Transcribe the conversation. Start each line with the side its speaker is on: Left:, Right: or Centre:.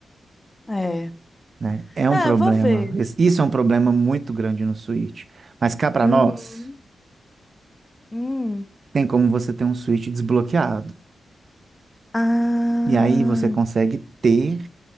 Left: É.
Right: né? É
Left: É,
Right: um problema.
Left: vou ver.
Right: Esse- Isso é um problema muito grande no Switch. Mas cá para
Left: Uhum.
Right: nós,
Left: Hum.
Right: tem como você ter um Switch desbloqueado.
Left: Ah,
Right: E aí você consegue ter